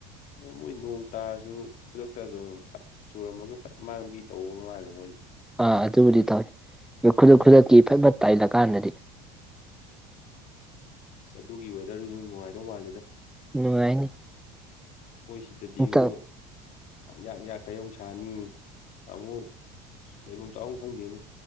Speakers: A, on the left (about 55°); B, in the centre.
A: ꯑꯗꫭ ꯃꯣꯏ ꯅꯣꯡ ꯇꯥꯔꯁꯨ ꯈꯨꯗꯛꯇ ꯑꯗꯨꯝ ꯐꯠ ꯆꯨꯔꯝꯃꯒ ꯐꯠ ꯃꯥꯡꯕꯤ ꯇꯧꯕ ꯃꯥꯜꯂꯦ ꯃꯣꯏꯉꯤ
B: ꯑ ꯑꯗꯨꯕꯨꯗꯤ ꯇꯥꯏ ꯑꯗꯨ ꯈꯨꯗꯛ ꯈꯨꯗꯛꯀꯤ ꯊꯕꯛ ꯇꯥꯏꯂꯀꯥꯟꯗꯗꯤ
A: ꯑꯁ ꯑꯗꯨꯒꯤ ꯋꯦꯗꯔꯗꯨꯖꯨ ꯅꯨꯡꯉꯥꯏꯗꯧ ꯃꯥꯜꯂꯤꯗ
B: ꯅꯨꯡꯉꯥꯏꯅꯤ
A: ꯑꯩꯈꯣꯏ ꯁꯤꯗꯗꯤ
B: ꯑꯝꯇꯪ
A: ꯌꯦꯡꯉꯨ ꯄꯪꯌꯥꯛ ꯌꯥꯛꯈꯩ ꯑꯃꯨꯛꯁꯅꯤ ꯑꯃꯨꯛ ꯑꯁ ꯂꯩꯕꯝ ꯆꯥꯕꯝ ꯈꯪꯗꯦꯅꯦ